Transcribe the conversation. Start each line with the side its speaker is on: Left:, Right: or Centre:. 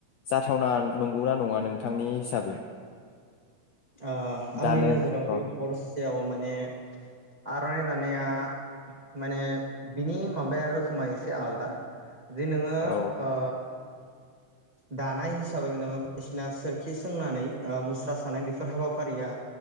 Left: जाथावना नंगौना नङा नोंथांनि हिसाबै
Right: ओ आंनि
Left: दानो
Right: नोजोराव
Left: औ
Right: बे हरसेयाव माने आरनाइ दानाया माने बिनि माबाया रोखोमा एसे आलदा। जे नोङो
Left: औ
Right: ओ दानाय हिसाबै नोङो बायदिसिना सोरखि सोंनानै मुस्रा सानाय बेफोर हाबाफारिया